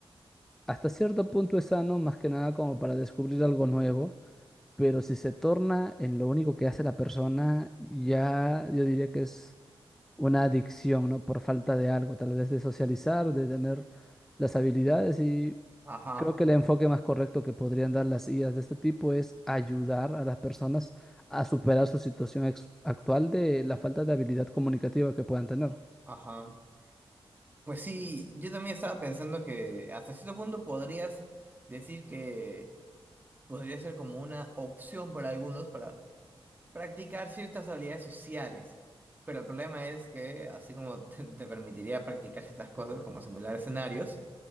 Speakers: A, in the centre; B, on the right.
A: Hasta cierto punto es sano, más que nada como para descubrir algo nuevo, pero si se torna en lo único que hace la persona, ya yo diría que es una adicción, ¿no? Por falta de algo, tal vez de socializar, de tener las habilidades y
B: Ajá,
A: creo que el enfoque más correcto que podrían dar las IAs de este tipo es ayudar a las personas a superar su situación ex- actual de la falta de habilidad comunicativa que puedan tener.
B: ajá. Pues sí, yo también estaba pensando que hasta cierto punto podrías decir que podría ser como una opción para algunos para practicar ciertas habilidades sociales. Pero el problema es que, así como <laughs> te, te permitiría practicar ciertas cosas, como simular escenarios,